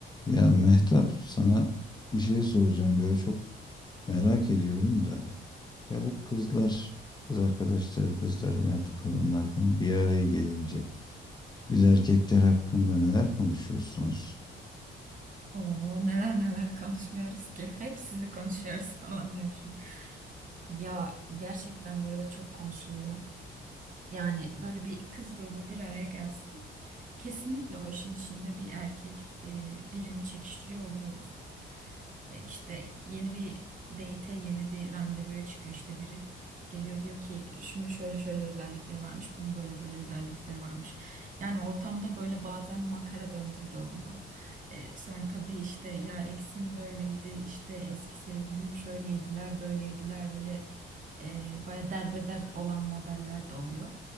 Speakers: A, on the left; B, on the right.
A: Ya Mehtap sana bir şey soracağım böyle çok merak ediyorum da. Ya bu kızlar, kız arkadaşlar, kızlar artık kadınlar falan bir araya gelince biz erkekler hakkında neler konuşuyorsunuz?
B: Oo, neler neler konuşmuyoruz ki. Hep sizi konuşuyoruz <laughs> falan diyorum şimdi. Ya gerçekten bu arada çok konuşuluyor. Yani böyle bir kız grubu bir araya gelsin. Kesinlikle o işin içinde bir erkek e, birini çekiştiriyor oluyoruz. E, işte yeni bir date'e yeni bir randevuya çıkıyor işte biri. Geliyor diyor ki şunu şöyle şöyle özellikleri varmış, bunun böyle böyle özellikleri varmış. Yani ortamda böyle bazen makara döndüğü de oluyor. E, sonra tabii işte ya eksim böyleydi, işte eski sevgilim şöyleydiler, böyleydiler, böyle e, baya derbeder olan modeller de oluyor.